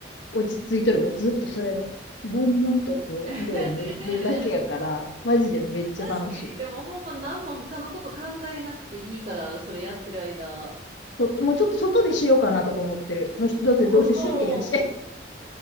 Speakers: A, on the left (about 80°); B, on the right (about 50°).
A: 落ち着いとる、もうずっとそれも、悶々とこう、
B: <laughs>
A: 色を塗るだけやから、マジでめっちゃ楽しい。
B: 確かに、でもほんま何も他のこと考えなくていいから、それやってる間。
A: ともうちょっと外でしようかなとか思ってる。もうどうせどうせ趣味やし。
B: おお、